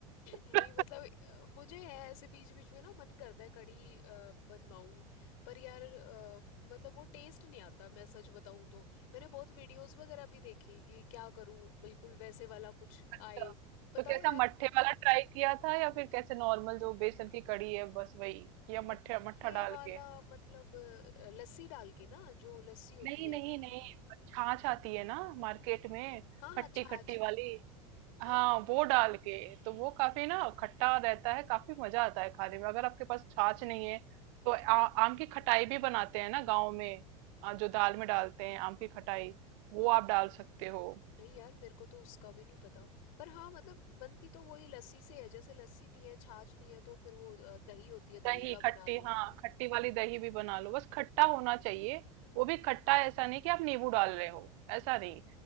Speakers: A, on the right; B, on the left.
A: <laughs>
B: नहीं मतलब अ, मुझे है ऐसे बीच बीच में ना मन करता है कढ़ी अ, बनवाऊं पर यार अ, मतलब वो टेस्ट नहीं आता मैं सच बताऊं तो मैंने बहुत वीडियोस वगैरह भी देखी कि क्या करूं बिल्कुल वैसे वाला कुछ
A: अच्छा
B: आए बताओ
A: तो कैसा
B: यार
A: मट्ठे वाला ट्राई किया था या फिर कैसे नॉर्मल जो बेसन की कड़ी है बस वही या
B: मट्ठे
A: मट्ठे मट्ठा डाल
B: वाला
A: के
B: मतलब अ, लस्सी डाल के ना जो लस्सी होती
A: नहीं
B: है
A: नहीं नहीं छाछ आती है ना मार्केट में
B: हाँ
A: खट्टी
B: हाँ छाछ
A: खट्टी वाली
B: हाँ
A: हाँ
B: हाँ
A: वो डाल के तो वो काफी ना खट्टा रहता है काफी मजा आता है खाने में अगर आपके पास छाछ नहीं है तो आ, आम की खटाई भी बनाते हैं ना गाँव में आ, जो दाल में डालते हैं आम की खटाई वो आप डाल सकते हो
B: नहीं यार मेरे को तो उसका भी नहीं पता पर हाँ मतलब बनती तो वही लस्सी से है जैसे लस्सी नहीं है छाछ नहीं है तो फिर वो अ, दही होती है दही
A: दही
B: का बना
A: खट्टी
B: दो
A: हाँ खट्टी वाली दही भी बना लो बस खट्टा होना चाहिए वो भी खट्टा ऐसा नहीं कि आप नींबू डाल रहे हो ऐसा नहीं